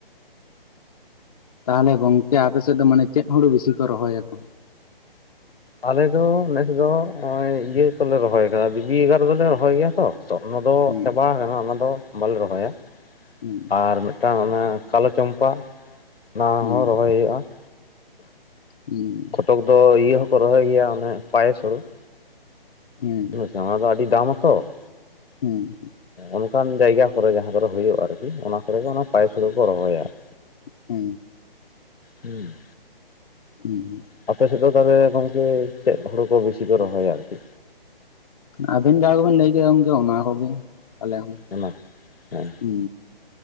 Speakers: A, on the left (about 40°); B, on the left (about 80°).
A: ᱛᱟᱦᱚᱞᱮ ᱜᱚᱝᱠᱮ ᱟᱯᱮᱥᱮᱫ ᱫᱚ ᱢᱟᱱᱮ ᱪᱮᱫ ᱦᱩᱲᱩ ᱵᱤᱥᱤ ᱠᱚ ᱨᱚᱦᱚᱭᱟᱠᱚ?
B: ᱟᱞᱮ ᱫᱚ ᱱᱮᱥ ᱫᱚ ᱱᱚᱜ ᱚᱭ ᱤᱭᱟᱹ ᱠᱚᱞᱮ ᱨᱚᱦᱚᱭ ᱟᱠᱟᱫᱟ ᱾ ᱵᱤᱵᱤ ᱮᱜᱟᱨᱫᱚᱞᱮ ᱨᱚᱦᱚᱭ ᱜᱮᱭᱟ ᱛᱚ ᱾ ᱛᱚ ᱚᱱᱟ ᱫᱚ
A: ᱦᱩᱸ
B: ᱪᱟᱵᱟ ᱟᱠᱟᱱᱟ ᱾ ᱚᱱᱟ ᱫᱚ ᱵᱟᱞᱮ ᱨᱚᱦᱚᱭᱟ ᱾
A: ᱦᱩᱸ
B: ᱟᱨ ᱢᱤᱫᱴᱟᱝ ᱚᱱᱮ ᱠᱟᱞᱳ ᱪᱚᱢᱯᱟ, ᱚᱱᱟ
A: ᱦᱩᱸ
B: ᱦᱚᱸ ᱨᱚᱦᱚᱭ ᱦᱩᱭᱩᱜᱼᱟ ᱾
A: ᱦᱩᱸᱼᱼ
B: ᱠᱚᱛᱚᱜ ᱫᱚ ᱤᱭᱟᱹ ᱦᱚᱸᱠᱚ ᱨᱚᱦᱚᱭ ᱜᱮᱭᱟ ᱚᱱᱮ ᱤᱭᱟᱹ ᱯᱟᱭᱮᱥ ᱦᱳᱲᱳ ᱾
A: ᱦᱩᱸ
B: <unintelligible> ᱚᱱᱟ ᱫᱚ ᱟᱹᱰᱤ ᱫᱟᱢᱼᱟ ᱛᱚ ᱾
A: ᱦᱩᱸᱼᱼ
B: ᱚᱱᱠᱟᱱ ᱡᱟᱭᱜᱟ ᱠᱚᱨᱮ ᱡᱟᱦᱟᱸ ᱠᱚᱨᱮ ᱦᱩᱭᱩᱜᱼᱟ ᱟᱨᱠᱤ ᱾ ᱚᱱᱟ ᱠᱚᱨᱮ ᱫᱚ ᱚᱱᱟ ᱯᱟᱭᱮᱥ ᱦᱳᱲᱳ ᱠᱚ ᱨᱚᱦᱚᱭᱟ ᱾
A: ᱦᱩᱼᱼ
B: ᱦᱩᱸᱼᱼ
A: ᱦᱩᱸᱼᱼ
B: ᱟᱯᱮᱥᱮᱫ ᱫᱚ ᱛᱟᱦᱚᱞᱮ ᱜᱚᱝᱠᱮ, ᱪᱮᱫ ᱦᱳᱲᱳ ᱠᱚ ᱵᱤᱥᱤ ᱠᱚ ᱨᱚᱦᱚᱭᱟ ᱟᱨᱠᱤ?
A: ᱟᱵᱮᱱ ᱡᱟᱦᱟᱸ ᱠᱚᱵᱮᱱ ᱞᱟᱹᱭ ᱠᱮᱫᱟ ᱜᱚᱝᱠᱮ ᱚᱱᱟ ᱠᱚᱜᱮ ᱾ ᱟᱞᱮ ᱦᱚᱸ
B: ᱚᱱᱟ ᱦᱮᱸ
A: ᱦᱩᱸ,